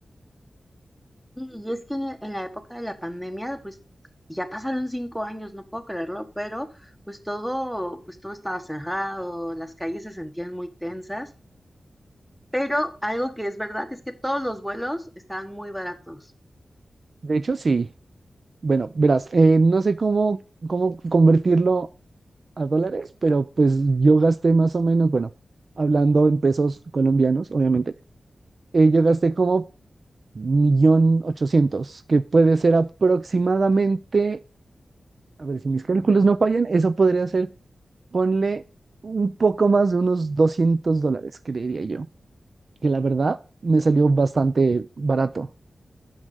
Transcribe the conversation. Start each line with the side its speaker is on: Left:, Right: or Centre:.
Centre: Y es que en, en la época de la pandemia, pues ya pasaron cinco años, no puedo creerlo, pero pues todo, pues todo estaba cerrado, las calles se sentían muy tensas, pero algo que es verdad es que todos los vuelos estaban muy baratos.
Right: De hecho, sí. Bueno, verás, eh, no sé cómo, cómo convertirlo a dólares, pero pues yo gasté más o menos, bueno, hablando en pesos colombianos, obviamente, eh, yo gasté como millón ochocientos, que puede ser aproximadamente, a ver si mis cálculos no fallan, eso podría ser, ponle un poco más de unos 200 dólares, creería yo, que la verdad me salió bastante barato.